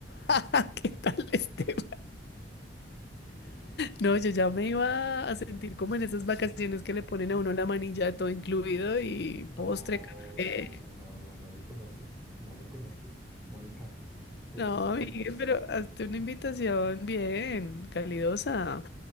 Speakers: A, on the left (about 65°); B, in the centre.
A: <laughs> ¿Qué tal este? No, yo ya me iba a sentir como en esas vacaciones que le ponen a uno la manilla de todo incluido y
B: No,
A: postre, café.
B: no, no, no, no me conoces, no me conoces, Mónica, por
A: No,
B: favor.
A: amigue, pero hazte una invitación bien, calidosa.